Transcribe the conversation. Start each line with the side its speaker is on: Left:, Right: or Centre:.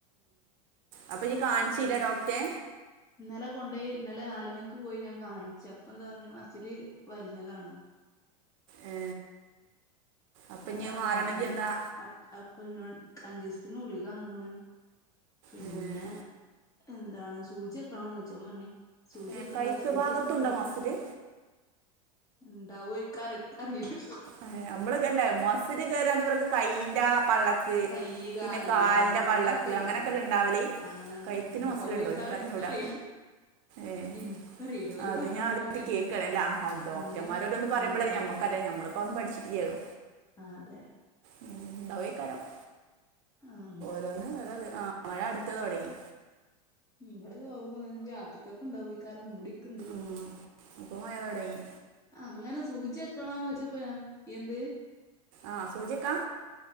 Right: അപ്പ ഇയ്യ്‌ കാണിച്ചിലെ ഡോക്ടറെ
Left: ഇന്നലെ കൊണ്ടോയി ഇന്നലെ നാല്മണിക്ക് പോയി ഞാൻ കാണിച്ച് അപ്പെന്ത് പറഞ്ഞ് മസില് വലിഞ്ഞതാണ്
Right: ഏ അപ്പൊ
Left: അതാണ്
Right: ഇഞ്ഞ് മാറണെങ്കി
Left: ആ വേദനം
Right: എന്താ
Left: അപ്പ് അപ്പൊന്നോട് ക്ക്അഞ്ചീസത്തിന് ഗുളിക തന്ന്ക്ക്ണ് പിന്നെ
Right: ഉം
Left: എന്താണ് സൂചി വെക്കണോന്നോയ്ച്ച് ഞാൻ പറഞ്ഞ് സൂചി
Right: ഏ
Left: വെക്കെണ്ടാ
Right: കൈത്ത്
Left: സൂചയൊക്കെ
Right: ഭാഗത്തുണ്ടോ
Left: വെ
Right: മസില്
Left: ഇണ്ടാവാര്ക്കും അനക്കറിയില്ലാ
Right: എഹ് ഏഹ് നമ്മള്ക്കല്ലേ മസ്സില് <unintelligible> കയ്യിന്റാ പള്ളക്ക്
Left: കയ്യ് കാല്
Right: പിന്നെ കാലിന്റെ
Left: ആഹ് നമ്മളൊക്കെല്ല
Right: പള്ളക്ക് അങ്ങനെക്കല്ലെ
Left: ആഹ്
Right: ഇണ്ടാവല്
Left: അങ്ങനെ
Right: കയ്ത്തിന്
Left: ഇണ്ടാവോയ്ക്കാരം
Right: മസിലുണ്ടോ ഇന്ക്കറിഞ്ഞൂടാ
Left: ഇക്കറീല
Right: ഏഹ്
Left: ഇൻക്കും അറീല ഓല്
Right: അത്
Left: പറഞ്ഞാണ്ട്
Right: ഞാൻ അദ്യാട്ട്
Left: പറയന്നെ
Right: കേക്കാ അല്ല ഡോക്ടർമാരോരോന്ന്
Left: ഇഞ്ഞും
Right: പറയുമ്പോഴല്ലേ
Left: ഉം ഉം
Right: ഞമ്മക്കറിയാ ഞമ്മ അപ്പോന്നും പഠിച്ചിട്ടില്ല്യേല്ലോ
Left: ആഹ് അതെ
Right: ഉം <unintelligible>
Left: ആഹ്
Right: <unintelligible> ആഹ് മഴ അടുത്തത് തൊടങ്ങി
Left: ഉം ഇവിടെ കൊർവാ ഇഞ്ഞി രാത്രികക്ക്‌ ഇണ്ടാവായിക്കാരം മൂടിക്ക്ൺണ്ട്
Right: ഉം ഇപ്പം മയ തൊടങ്ങി
Left: അങ്ങനെ സൂചി വെക്കണോന്നോയ്ച്ചപ്പം ഞാൻ എന്ത്
Right: ആഹ് സൂചി വെക്കാ